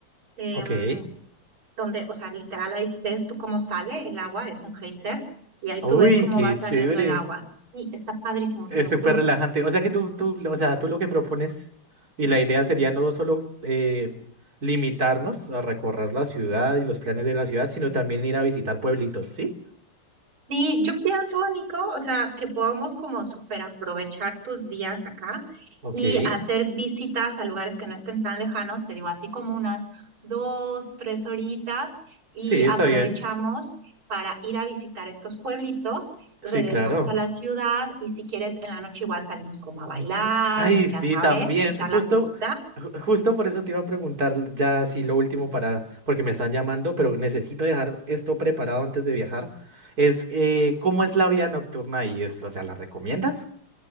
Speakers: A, on the right (about 75°); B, on the right (about 45°).
A: em,
B: Ok.
A: donde, o sea, literal ahí ves tú cómo sale el agua, es un geyser, y ahí
B: Uy,
A: tú ves cómo
B: qué
A: va saliendo
B: chévere.
A: el agua. Sí, está padrísimo,
B: Es
A: te lo
B: súper
A: juro.
B: relajante. O sea que tú, tú, o sea, tú lo que propones y la idea sería no solo eh, limitarnos a recorrer la ciudad y los planes de la ciudad, sino también ir a visitar pueblitos, ¿sí?
A: Sí, yo pienso, Nico, o sea, que podemos como super aprovechar tus días acá
B: Ok.
A: y hacer visitas a lugares que no estén tan lejanos, te digo, así como unas dos, tres horitas y
B: Sí, está
A: aprovechamos
B: bien.
A: para ir a visitar estos pueblitos, regresamos
B: Sí, claro.
A: a la ciudad y si quieres en la noche igual salimos como a bailar,
B: Ay,
A: ya
B: sí,
A: sabes,
B: también.
A: echar
B: Justo,
A: la copita.
B: ju- justo por eso te iba a preguntar ya sí lo último para, porque me están llamando, pero necesito dejar esto preparado antes de viajar. Es eh, ¿cómo es la vida nocturna ahí? Es, o sea, ¿la recomiendas?